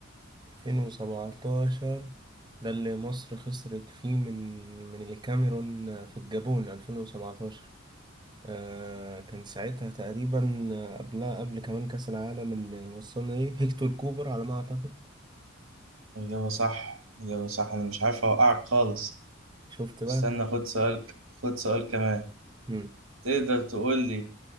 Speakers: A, on the right; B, on the right.
A: 2017 ده اللي مصر خسرت فيه من من الكاميرون في الجابون 2017 آه كان ساعتها تقريبا آه، قبلها قبل كمان كأس العالم اللي وصلنا ليه هيكتور كوبر على ما أعتقد
B: إجابة صح إجابة صح أنا مش عارف أوقعك خالص
A: شفت بقى
B: استنى خد سؤال خد سؤال كمان
A: مم.
B: تقدر تقول لي